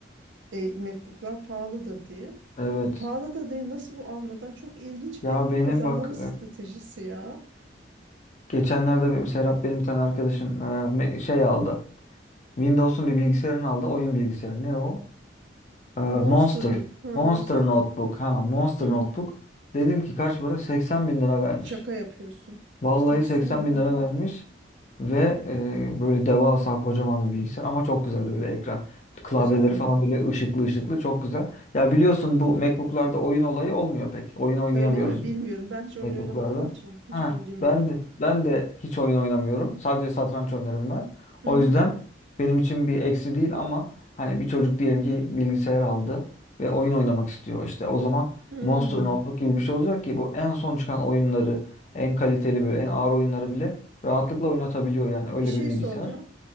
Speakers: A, on the right; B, on the left.
A: e, MacBook'lar pahalı da diye.
B: evet.
A: E, pahalı da değil nasıl bu almadan çok ilginç
B: Ya
A: bir
B: benim
A: pazarlama
B: bak
A: stratejisi ya.
B: Geçenlerde bir Serap benim bir tane arkadaşım e, me- şey aldı. Windows'un bir bilgisayarını aldı. Oyun bilgisayarı. Ne o? E, Monster.
A: Monster mı? Ha,
B: Monster
A: Monster.
B: Notebook. Ha, Monster
A: Hı,
B: Notebook. Dedim ki kaç para? 80 bin lira vermiş.
A: şaka yapıyorsun.
B: Vallahi
A: 80
B: 80 bin
A: bin.
B: lira vermiş. Ve e, böyle devasa kocaman bir bilgisayar. Ama çok güzeldi böyle ekran. Klavyeleri
A: Güzel mi?
B: falan böyle ışıklı ışıklı. Çok güzel. Ya biliyorsun bu MacBook'larda oyun olayı olmuyor pek. Oyun oynayamıyoruz
A: Öyle mi? Bilmiyorum. Ben hiç oyun
B: MacBook'larda.
A: oynamadığım için hiç
B: Ha,
A: bilgim
B: ben
A: yok.
B: de ben de hiç oyun oynamıyorum. Sadece satranç oynarım ben.
A: Hı
B: O
A: hı.
B: yüzden benim için bir eksi değil ama hani bir çocuk diyelim ki bilgisayar aldı ve oyun oynamak istiyor. İşte o zaman
A: Hmm.
B: Monster Notebook gibi bir şey olacak ki bu en son çıkan oyunları, en kaliteli böyle en ağır oyunları bile rahatlıkla oynatabiliyor yani öyle
A: Bir şey
B: bir bilgisayar.
A: soracağım.